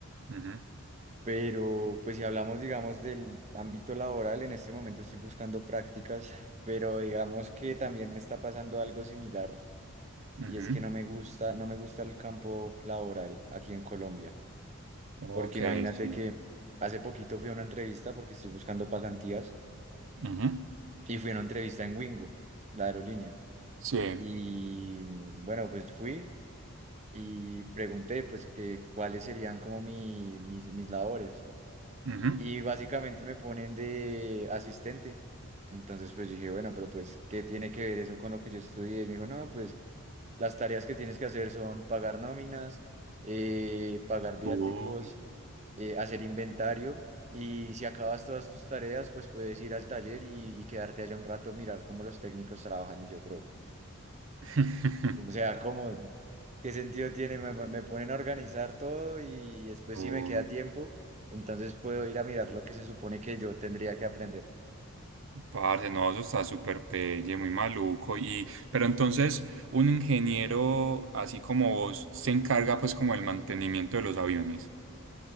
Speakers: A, on the right (about 65°); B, on the right (about 30°).
A: ujú,
B: Pero pues si hablamos, digamos, del ámbito laboral, en este momento estoy buscando prácticas, pero digamos que también me está pasando algo similar
A: ujú.
B: y es que no me gusta, no me gusta el campo laboral aquí en Colombia, porque
A: Ok,
B: imagínate
A: sí.
B: que hace poquito fui a una entrevista porque estoy buscando pasantías
A: Ujú.
B: y fui a una entrevista en Wingo, la aerolínea.
A: Sí.
B: Y mm, bueno, pues fui. y pregunté pues que cuáles serían como mi, mis, mis labores
A: Ujú.
B: y básicamente me ponen de asistente. Entonces pues dije, bueno, pero pues ¿qué tiene que ver eso con lo que yo estudié? Y me dijo, no, pues las tareas que tienes que hacer son pagar nóminas, eh, pagar viáticos,
A: Uh.
B: eh, hacer inventario y si acabas todas tus tareas pues puedes ir al taller y, y quedarte allá un rato, mirar cómo los técnicos trabajan y yo, bro.
A: <laughs>
B: O sea, ¿cómo? ¿Qué sentido tiene? Me, me ponen a organizar todo y después
A: Oh,
B: si me queda tiempo, entonces puedo ir a mirar lo que se supone que yo tendría que aprender.
A: parce, no, eso está súper pelle, muy maluco. Y, pero entonces, un ingeniero así como vos se encarga pues como el mantenimiento de los aviones.